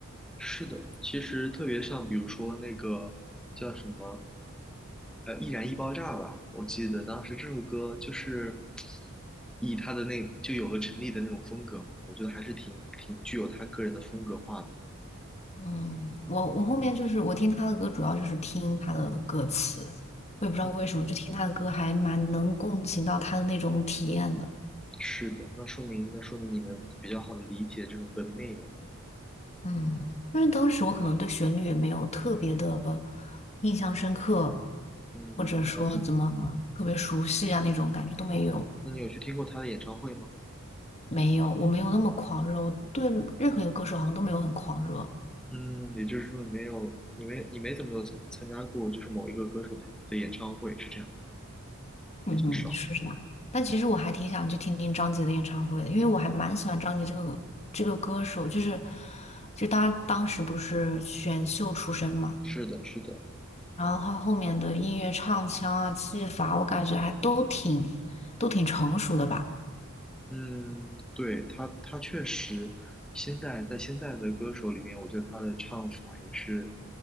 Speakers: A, in the centre; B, on the left (about 30°).
A: 是的，其实特别像比如说那个叫什么呃《易燃易爆炸》吧，我记得当时这首歌就是以他的那就有了陈粒的那种风格嘛，我觉得还是挺挺具有他个人的风格化的。
B: 嗯，我我后面就是我听他的歌，主要就是听他的歌词，我也不知道为什么，
A: 嗯，
B: 就听他的歌还蛮能共情到他的那种体验的。
A: 是的，那说明那说明你能比较好的理解这首歌的内容。
B: 嗯，因为当时我可能对旋律也没有特别的印象深刻，
A: 嗯，
B: 或者说怎么特别熟悉啊那种感觉都没有，
A: 了解。那你有去听过他的演唱会吗？
B: 没有，我没有那么狂热，我对任何一个歌手好像都没有很狂热。
A: 嗯，也就是说你没有，你没你没怎么有参参加过，就是某一个歌手的的演唱会，是这样吗？
B: 嗯，
A: 比较少。
B: 是这样。但其实我还挺想去听听张杰的演唱会的，因为我还蛮喜欢张杰这个这个歌手，就是就他当时不是选秀出身嘛，
A: 是的，是的。
B: 然后他后面的音乐唱腔啊、技法，我感觉还都挺都挺成熟的吧。
A: 嗯，对，他，他确实现在在现在的歌手里面，我觉得他的唱法也是，